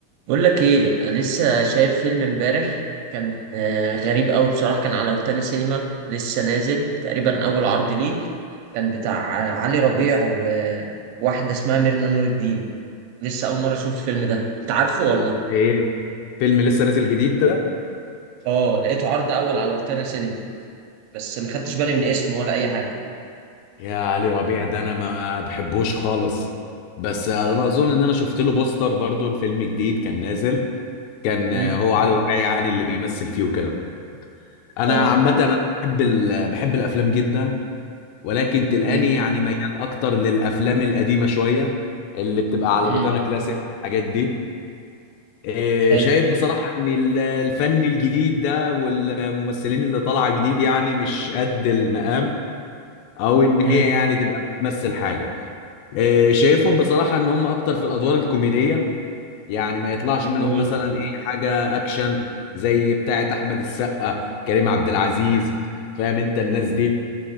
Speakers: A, on the right; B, on the left.
A: بقول لك ايه أنا لسه شايف فيلم امبارح كان آه، غريب قوي بصراحه كان على روتانا سينما لسه نازل تقريبا اول عرض ليه كان بتاع آه، علي ربيع وواحده اسمها ميرنا نور الدين لسه اول مره اشوف الفيلم ده انت عارفه ولا
B: ايه فيلم لسه نازل جديد ده
A: اه لقيته عرض اول على روتانا سينما بس ما خدتش بالي من اسمه ولا اي حاجه
B: يا علي ربيع ده انا ما بحبوش خالص بس على ما اظن ان انا شفت له بوستر برضو الفيلم جديد كان نازل كان آه،
A: امم
B: هو علي ربيع يعني اللي بيمثل فيه وكده انا
A: اه
B: عامه انا بحب ال... بحب الافلام جدا ولكن تلقاني
A: امم
B: يعني ميال اكتر للافلام القديمه شويه اللي بتبقى على
A: امم
B: روتانا كلاسيك والحاجات دي آه،
A: حلو
B: شايف بصراحه ان ال- الفن الجديد ده والممثلين اللي طالعه جديد يعني مش قد المقام او ان هي
A: امم
B: يعني تبقى بتمثل حاجه آه، شايفهم بصراحه ان هم اكتر في الادوار الكوميديه يعني ما يطلعش منهم
A: جميل
B: مثلا ايه حاجه اكشن زي بتاعه احمد السقا كريم عبد العزيز فاهم انت الناس دي